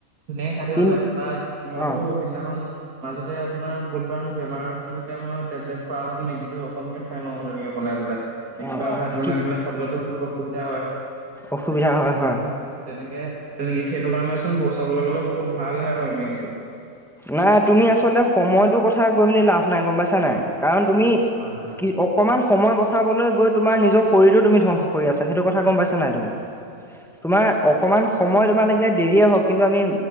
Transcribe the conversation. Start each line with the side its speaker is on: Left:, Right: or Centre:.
Right: ধুনীয়াকে খাই দিব
Centre: কিন
Right: পাৰে বা মইতো
Centre: অ',
Right: সিদিনাখন মাজতে আপোনাৰ বহুতবাৰ মোৰ বেমাৰ হৈছিলে তেতিয়া মই টেবলেট খোৱা আগত মেগীটো অকনকে খাই লওঁ তেনেকে বনাই পেলাই। একবাৰ
Centre: অ',
Right: ভাত বনাই
Centre: কি
Right: পেলাই খাবলেতো বহুত অসুবিধা হয়।
Centre: অসুবিধা হয়
Right: সেইটো‌
Centre: হয়।
Right: কাৰনে ত তেনেকে তেনেকে সেইটো কাৰণে চোন গলে বহুত ভালহে হয় মেগিটো।
Centre: নাই তুমি আচলতে সময়টোৰ কথা কৈ মেলি লাভ নাই গম পাইছা নাই কাৰণ তুমি-
Right: হয় হয়।
Centre: কি অকমান সময় বচাবলৈ গৈ তোমাৰ নিজৰ শৰীৰো তুমি ধ্বংস কৰি আছা, সেইটো কথা গম পাইছা নাই তুমি?
Right: <inaudible>
Centre: তোমাৰ অকমান সময় তোমাৰ লাগিলে দেৰিয়ে হওক, কিন্তু আমি